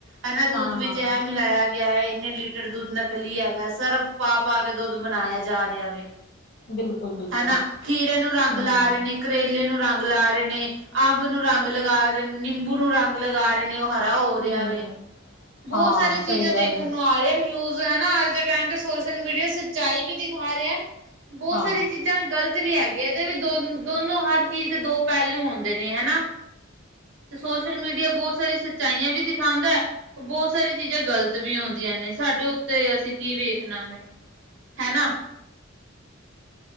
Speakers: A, on the right (about 65°); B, on the left (about 50°).
A: ਹੈਨਾ
B: ਹਾਂ
A: ਦੁਧ ਵੀ
B: ਹਾਂ
A: ਇਹ ਮਿਲਾਇਆ। ਗਿਆ ਹੈ ਇੰਨੇ ਲੀਟਰ ਦੁੱਧ ਨਕਲੀ ਹੈਗਾ ਸਰਫ ਪਾ- ਪਾ ਕੇ ਦੁੱਧ ਬਨਾਇਆ ਜਾ ਰਿਹਾ ਵੇ।
B: ਬਿਲਕੁਲ। ਬਿਲਕੁਲ
A: ਹੈਨਾ ਖੀਰੇ ਨੂੰ ਰੰਗ
B: ਹੂੰ,
A: ਲਾ ਰਹੇ ਨੇ। ਕਰੇਲੇ ਨੂੰ ਰੰਗ ਲਾ ਰਹੇ, ਨੇ ਅੰਬ ਨੂੰ ਰੰਗ ਲਗਾ ਰਹੇ ਨੇ, ਨਿੰਬੂ ਨੂੰ ਰੰਗ ਲਗਾ ਰਹੇ ਨੇ ਉਹ ਹਰਾ ਹੋ ਰਿਹਾ
B: ਹੂੰ,
A: ਵੇ। ਬਹੁਤ
B: ਹਾਂ
A: ਸਾਰੀ
B: ਸਹੀ
A: ਚੀਜ਼ਾਂ ਦੇਖਣ
B: ਗੱਲ ਹੈ,
A: ਨੂੰ ਆ ਰਹੀ ਨਿਊਜ਼ ਹੈਨਾ ਟਾਇਮ ਤੇ ਸੋਸ਼ਲ ਮੀਡੀਆ ਸੱਚਾਈ ਵੀ ਦਿਖਾ ਰਿਹਾ ਬਹੁਤ
B: ਹਾਂ।
A: ਸਾਰੀ ਚੀਜ਼ਾਂ ਜਾਂ ਗ਼ਲਤ ਵੀ ਹੈਗੀ ਇਹਦੇ ਵੀ ਦੋ-ਦੋਨੋ ਹਰ ਚੀਜ਼ ਦੇ ਦੋ ਪਹਿਲੂ ਹੁੰਦੇ ਨੇ ਹੈਨਾ। ਤੇ ਸੋਸ਼ਲ ਮੀਡੀਆ ਬਹੁਤ ਸਾਰੀ ਸੱਚਾਈਆਂ ਵੀ ਦਿਖਾਦਾ। ਬਹੁਤ ਸਾਰੀ ਚੀਜ਼ਾਂ ਗ਼ਲਤ ਵੀ ਆਉਂਦੀਆਂ ਨੇ ਸਾਡੇ ਉੱਤੇ ਅਸੀਂ ਕੀ ਵੇਖਣਾ ਵੇ। ਹੈਨਾ।